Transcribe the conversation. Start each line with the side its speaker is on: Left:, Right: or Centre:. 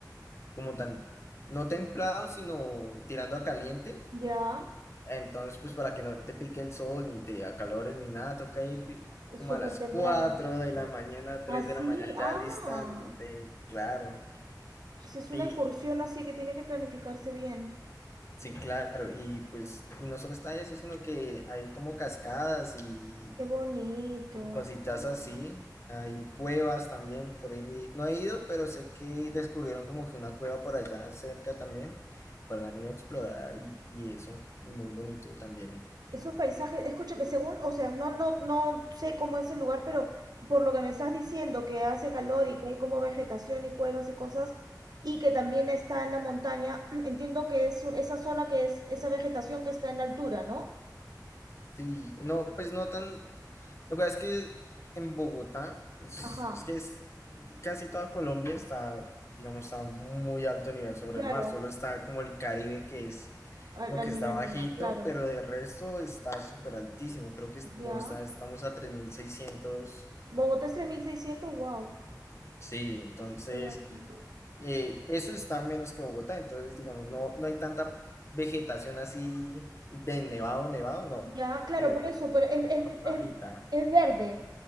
Left: como tan, no templado, sino tirando a caliente.
Right: Ya,
Left: Entonces, pues para que no te pique el sol, ni te acalores, ni nada, toca ir como
Right: súper
Left: a las 4
Right: temprano.
Left: de la mañana, tres
Right: Así,
Left: de la mañana,
Right: ah.
Left: ya alistándote, claro.
Right: o Es una
Left: Y,
Right: excursión así que tiene que planificarse bien.
Left: sí, claro, y pues, y no solo está eso, sino que hay como cascadas y
Right: Qué bonito.
Left: y cositas así. Hay cuevas también, por ahí vi- No he ido, pero sé que descubrieron como que una cueva por allá cerca también, para la niña explorar y, y eso, y muy bonito también.
Right: Esos paisajes, escúchame, según, o sea, no, no, no sé cómo es el lugar, pero por lo que me estás diciendo, que hace calor y que hay como vegetación y cuevas y cosas, y que también está en la montaña, <clears throat> entiendo que es un- esa zona que es, esa vegetación que está en la altura, ¿no?
Left: Sí, no, pues no tan... Lo que pasa es que en Bogotá, es,
Right: Ajá,
Left: es que es, casi toda Colombia está, digamos, está muy alto nivel sobre
Right: claro,
Left: el mar, solo está como el Caribe que es...
Right: al,
Left: Lo
Right: al
Left: que está
Right: nivel
Left: bajito,
Right: del mar, claro.
Left: pero de resto está súper altísimo. Creo que es- en
Right: Ya.
Left: Bogotá estamos a tres mil seiscientos
Right: Bogotá es 3600. wow,
Left: Sí, entonces
Right: súper alto.
Left: eh, eso está menos que Bogotá, entonces digamos, no, no hay tanta vegetación así de nevado, nevado, no,
Right: Ya, claro,
Left: pero
Right: por eso,
Left: pues,
Right: pero
Left: es
Right: es, es,
Left: normalita.
Right: es, es verde.